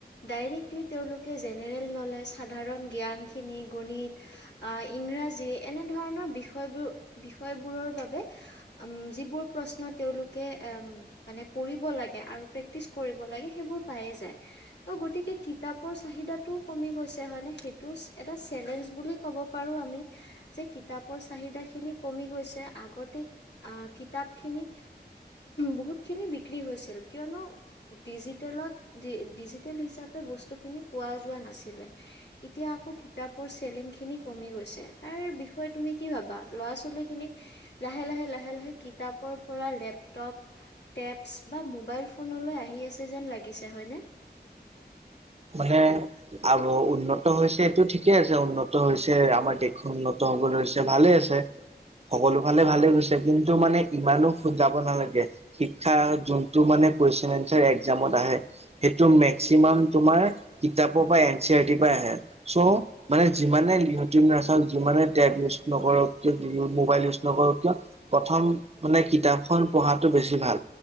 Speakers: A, on the left; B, on the right.
A: ডাইৰেক্টলি তেওঁলোকে জেনেৰেল নলেজ সাধাৰণ জ্ঞানখিনি গণিত আহ ইংৰাজী এনেধৰণৰ বিষয়বোৰ বিষয়বোৰৰ বাবে যিবোৰ প্ৰশ্ন তেওঁলোকে মানে পঢ়িব লাগে আৰু প্ৰেক্টিচ কৰিব লাগে সেইবোৰ পায়ে যায় ত' গতিকে কিতাপৰ চাহিদাটোও কমি গৈছে হয়নে সেইটো এটা চেলেঞ্জ বুলি ক'ব পাৰো আমি যে কিতাপৰ চাহিদা খিনি কমি গৈছে আগতে আহ কিতাপ খিনি বহুতখিনি বিক্ৰী হৈছিল কিয়নো ডিজিটেলত ডিজি ডিজিটেল হিচাপে বস্তু খিনি পোৱা যোৱা নাছিলে এতিয়া আকৌ কিতাপৰ ছেলিং খিনি কমি গৈছে তাৰ বিষয় তুমি কি ভাবা ল'ৰা ছোৱালীখিনি লাহে লাহে লাহে লাহে কিতাপৰ পৰা লেপটব টেস্প বা ম'বাইল ফোনলৈ আহি আছে যেন লাগিছে হয়নে?
B: মানে আ উন্নত হৈছে সটো ঠিকে আছে উন্নত হৈছে আমাৰ দেশো উন্নত হব হৈছে ভালে আছে সকলো ফালে ভালে গৈছে কিন্তু মানে ইমানো যাব নালাগে শিক্ষা যোনটো মানে কুৱেশন এনচাৰ একজামত আহে সেইটো মেক্সিমাম তোমাৰ কিতাপৰ পৰা এন চি আৰ টিৰ পৰা আহে চ' মানে যিমানেট নাচাওক যিমানে টেপ ইউজ নকৰকিয় মোবাইল ইউজ নকৰক কিয় প্ৰথম মানে কিতাপখন পঢ়াতটো বেছি ভাল